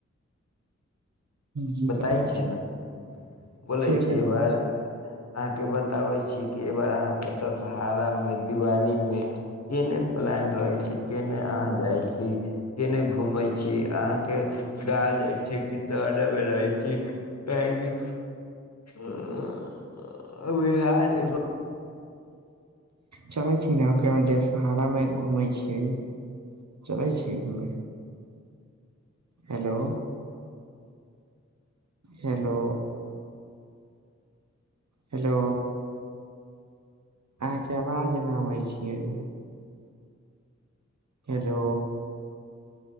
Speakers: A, on the right; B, on the left.
A: जी
B: बताइ
A: कहै
B: छै
A: छी
B: न बोलै
A: फेर
B: छी
A: से बोलै
B: एबार अहाँके बताबै छि कि ऐबार अहाँके दशहरामेँ दिवाली में- - केँ नेँ प्लान रहै छै, केँ ने अहाँ जाई छिई। केने घूमै छी अहाँ के गाड अथि कि सौरव में रहे छी कहीँ अ-अ-अ-अ-अ बिहार एवे
A: चले छी न ओकरे में देशहावा में घूमें छी चले छी घूमें हेलो हेलो हेलो अहाँके आवाज न अबे छीये हेलो